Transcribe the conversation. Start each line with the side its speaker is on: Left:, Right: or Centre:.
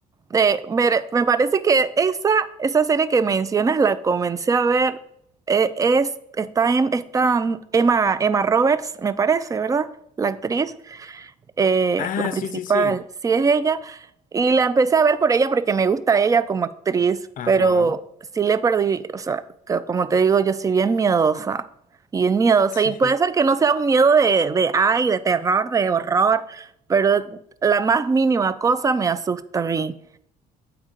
Right: Eh, me, me parece que esa, esa serie que mencionas la comencé a ver. eh, es, está, en, está Emma, Emma Roberts, me parece, ¿verdad? La actriz, eh,
Left: Ah,
Right: la principal,
Left: sí, sí, sí.
Right: sí es ella. Y la empecé a ver por ella porque me gusta ella como actriz,
Left: Ajá.
Right: pero sí le perdí, o sea, que como te digo, yo soy bien miedosa, bien miedosa.
Left: <laughs>
Right: Y puede ser que no sea un miedo de, de ay, de terror, de horror, pero la más mínima cosa me asusta a mí.